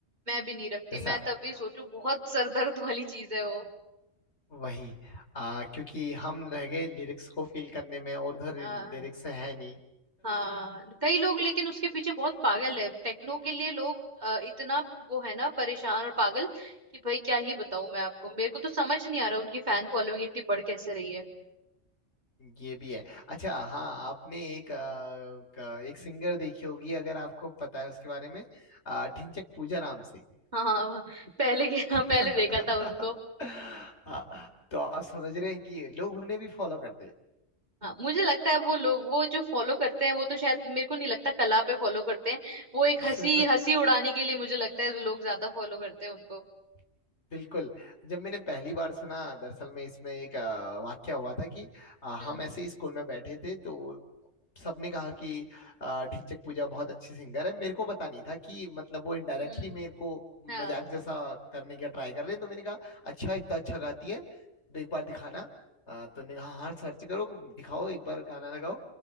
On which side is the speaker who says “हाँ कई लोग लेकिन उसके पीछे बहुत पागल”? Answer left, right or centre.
Right